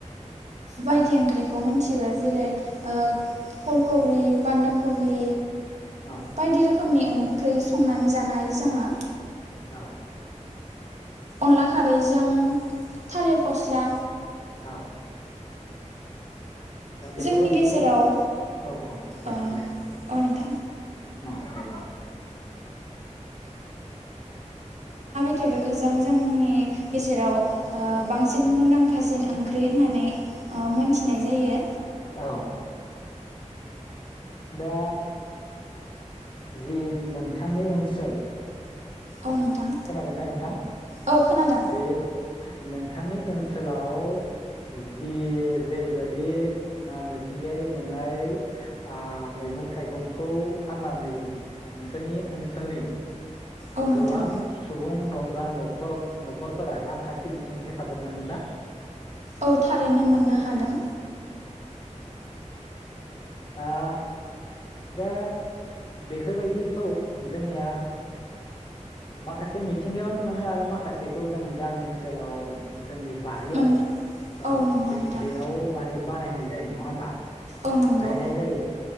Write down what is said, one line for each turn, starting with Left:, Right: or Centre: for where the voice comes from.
Right: बायदि ओंख्रिखौ मिथिगौ जेरै ओ फुल कबि बान्दा कबि।
Left: औ।
Right: बायदि रोखोमनि ओं ओंख्रि संनानै जानो हायो जोङो।
Left: औ।
Right: अनला खारैजों थालिर फस्ला।
Left: औ। दा बेफोरबायदिखौ
Right: जोंनि गेजेराव
Left: औ औ दे
Right: ओ औ
Left: बुंलाय।
Right: नोंथां
Left: ओम दे बुं।
Right: <unintelligible> रोखोजों जोंनि गेजेराव ओ बांसिन मुंदांखासिन ओंख्रि होननानै ओ मोनथिनाय जायो।
Left: औ दा जि नोंथां नि ओनसोल
Right: औ नोंथां
Left: खोनादोंना नोंथां
Right: औ खोनादों
Left: बे नोंथांनि ओनसोलाव जि जेरैबायदि ओ मिथिंगायारि मोननाय आ मैगं थाइगंखौ फाननानै नोंसोरनि ओनसोलनि
Right: औ नोंथां
Left: गोबां सुबुं न-बा न'खर न'खरफोरा रांखान्थि बिथिं हेफाजाब मोनदोंना?
Right: औ थारैनो मोननो हादों।
Left: आह दा बेफोरबायदिखौ जोंनिया माखासे मिथिंगायावनो मोनो आरो माखासेखौ जों गामि ओनसोलाव जोंनि बारियाव
Right: मोन
Left: औ
Right: नंगौ
Left: बे
Right: नोंथां
Left: बेयाव माने बानायनाय जायो। नंङा होनबा?
Right: औ नंगौ
Left: गायनाय जायो